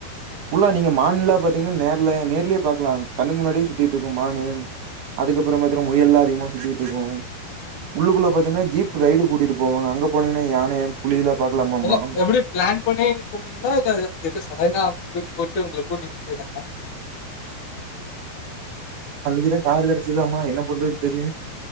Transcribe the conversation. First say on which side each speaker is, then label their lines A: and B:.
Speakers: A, on the right (about 60°); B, on the left (about 55°).
A: புள்ளா இல்ல நீங்க மான் எல்லாம்
B: ஓகே,
A: பாத்தீங்கன்னா நே நேர்லயே பாக்கலாம் கண்ணுக்கு முன்னாடியே சுத்திட்டு இருக்கும் மானு அதுக்கப்புறம் பாத்தீங்கனா
B: ஓகே.
A: முயல்லாம் அதிகமா சுத்தி போகும் உள்ளுக்குள்ள
B: சரி.
A: பாத்திங்கன்னா ஜீப் ரைடு கூட்டிட்டு போவாங்க அங்க போனிங்கன்னா யானைய புலியிலாம் பார்கக்கலாமாமமா
B: இல்ல எப்படி பிளான் பண்ணி போனீங்களா இல்ல சடனா ட்ரிப் போட்டு உங்கள கூட்டிட்டு போயிட்டாங்களா
A: அன்னைக்குதான் காரு கிடைச்சதமா என்ன பண்றதுன்னு தெரியலேயென்னு